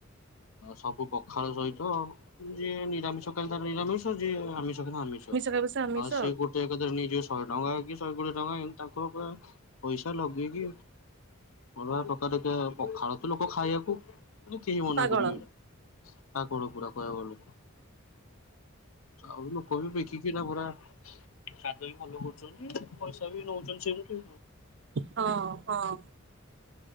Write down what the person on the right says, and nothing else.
ଖାଇବ ସେ ଆମିଷ
ପାଗଳ
ହଁ ହଁ।